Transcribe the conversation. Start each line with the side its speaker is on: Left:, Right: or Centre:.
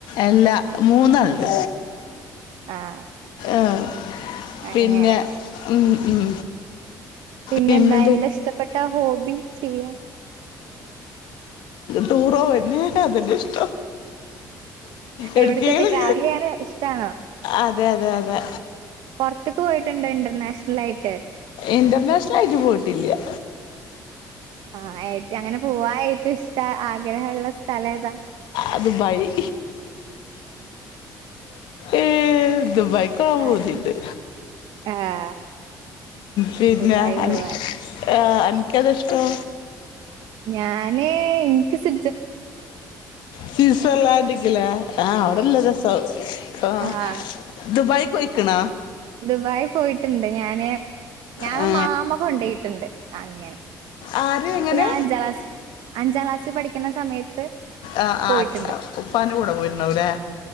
Left: എല്ലാ മൂന്നാൾണ്ട്.
Right: ആഹ്
Left: ആഹ്
Right: അങ്ങനെ
Left: പിന്നെ ഉം. ഉം.
Right: പിന്നെന്താ
Left: പിന്നെന്ത്
Right: എന്താ ഇഷ്ടപ്പെട്ട ഹോബിചെയ്യാൻ
Left: ടൂറോയിര്ന്ന് അതിൻ്റെ ഷീ എവിടേക്കേലും
Right: എവിടക്കൊക്കെ ട്രാവൽ ചെയ്യാന ഇഷ്ടണോ?
Left: അതെ അതെ അതെ
Right: പുറത്തക്ക് പോയിട്ടുണ്ടോ ഇന്റർനാഷണൽ ആയിട്ട്-
Left: ഇന്റർനാഷണൽ ആയിട്ട് പോയിട്ടില്ല്യാ-
Right: ആഹ് ആയട്ട് അങ്ങനെ പോവായി- റ്റ് ഇഷ്ട ആഗ്രഹള്ള സ്ഥലം ഏതാ?
Left: അതു ബായി- ഏ ദുബൈക്കോപോവാൻ
Right: ആഹ്
Left: പൂതിൻഡ്
Right: ആഹ്
Left: പിന്ന
Right: ദുബായി
Left: അനക്ക്
Right: പോവാൻ
Left: അധ് ഇഷ്ടാ-
Right: ഞാന് എനിക്ക് സി
Left: സിറ്റ്സർലൻഡിങ്ങില അവിടെല്ലെ രസം ആ
Right: ആഹ്
Left: പോയിക്കണ
Right: ദുബായി പോയിട്ടുണ്ട് ഞാന് ഞാൻ
Left: ആ
Right: മാമ്മ കൊണ്ടോയി ട്ട്ണ്ട് അങ്ങനെ
Left: ആര് എങ്ങനെ
Right: ഇപ്പ ഞാൻ അഞ്ചാം ക്ലാസ് അഞ്ചാം ക്ലാസിൽ പഠിക്കുന്ന സമയത്ത്
Left: ആഹ്
Right: പോയിട്ടുണ്ട്.
Left: ആ ഉപ്പാന്റെ കൂടെ പോയിരുന്നാവല്ലേ